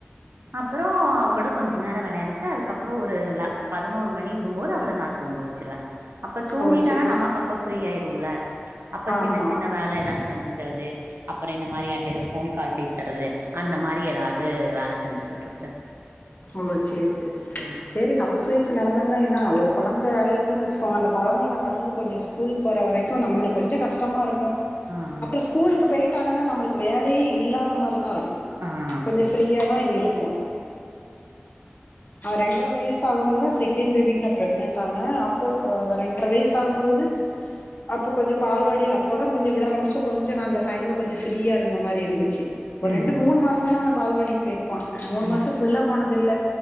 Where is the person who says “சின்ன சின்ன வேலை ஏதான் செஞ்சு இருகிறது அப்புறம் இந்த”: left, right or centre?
Right